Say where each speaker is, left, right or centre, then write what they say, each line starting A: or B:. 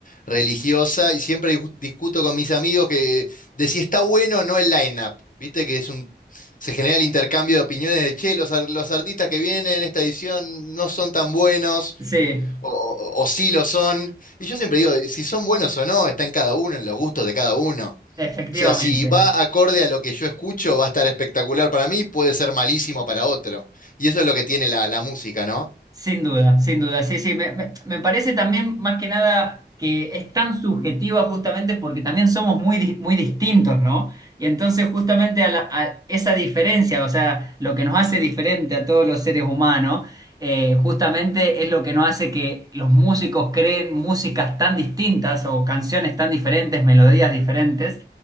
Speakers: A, on the left; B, on the right.
A: religiosa y siempre discu- discuto con mis amigos que, de si está bueno o no el line-up, viste que es un... Se genera el intercambio de opiniones de, che, los, ar- los artistas que vienen en esta edición no son tan buenos
B: sí.
A: o, o- o sí lo son. Y yo siempre digo, si son buenos o no, está en cada uno, en los gustos de cada uno.
B: Efectivamente,
A: O sea, si va acorde a lo que yo escucho, va a estar espectacular para mí, puede ser malísimo para otro. Y eso es lo que tiene la, la música, ¿no?
B: sin duda, sin duda. Sí, sí, me, me- me parece también más que nada que es tan subjetiva justamente porque también somos muy, di- muy distintos, ¿no? Y entonces justamente a, la- a esa diferencia, o sea, lo que nos hace diferente a todos los seres humanos, eh, justamente es lo que nos hace que los músicos creen músicas tan distintas o canciones tan diferentes, melodías diferentes,